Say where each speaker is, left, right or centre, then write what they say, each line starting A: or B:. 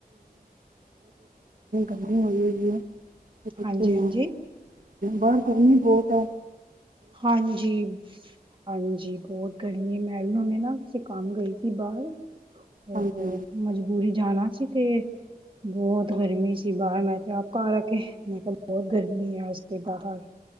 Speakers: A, on the right; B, on the right.
A: ਗਰਮੀ ਹੋਗੀ ਐ
B: ਹਾਂਜੀ
A: ਨਾਲ
B: ਹਾਂਜੀ
A: ਬਾਹਰ ਗਰਮੀ ਬਹੁਤ ਐ।
B: ਹਾਂਜੀ, ਹਾਂਜੀ ਬਹੁਤ ਗਰਮੀ ਮੈਂ ਵੀ ਨਾ ਕਿਸੇ ਕੰਮ ਗਈ ਸੀ ਬਾਹਰ। ਉਹ
A: ਹਾਲ ਹੁੰਦਾ
B: ਮਜਬੂਰੀ ਜਾਣਾ ਸੀ ਤੇ ਬਹੁਤ ਗਰਮੀ ਸੀ ਬਾਹਰ ਮੈਂ ਤੇ ਆਪ ਘਰ ਆ ਕੇ ਮੈਂ ਕਿਹਾ ਬਹੁਤ ਗਰਮੀ ਅੱਜ ਤੇ ਬਾਹਰ